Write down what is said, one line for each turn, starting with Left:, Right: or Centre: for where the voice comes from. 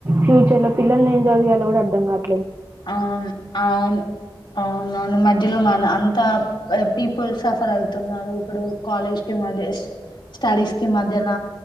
Right: ఫ్యూచర్ లో పిల్లల్ని ఏం చదివియ్యలో కూడా అర్థం కాద్
Left: అవున్ అవున్ అవునవును మధ్యలో మా అంతా పీపుల్ సఫర్ అవుతున్నారు ఇప్పుడు కాలేజ్ కి మాధస్ స్టడీస్ కి మధ్యన